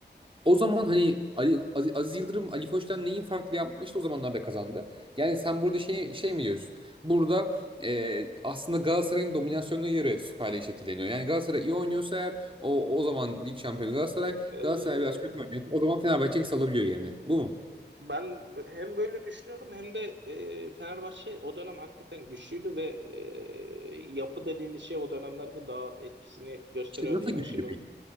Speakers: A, on the right; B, on the right.
A: o zaman hani Ali, Az- Aziz Yıldırım Ali Koç'tan neyi farklı yapmıştı o zamanlarda kazandı. Yani sen burada şey, şey mi diyorsun? Burada e, aslında Galatasaray'ın dominasyonuna göre Süper Lig şekilleniyor. Yani Galatasaray iyi oynuyorsa eğer o, o zaman lig şampiyonu Galatasaray.
B: Ee,
A: Galatasaray biraz kötü oynuyor. O zaman Fenerbahçe salabiliyor yerini. Bu mu?
B: ben hem böyle düşünüyorum hem de e, Fenerbahçe o dönem hakikaten güçlüydü ve e, yapı dediğimiz şey o dönemlerde daha etkisini gösteriyordu
A: İşte nasıl
B: ya.
A: güçlüydü
B: Şimdi
A: peki?
B: bu-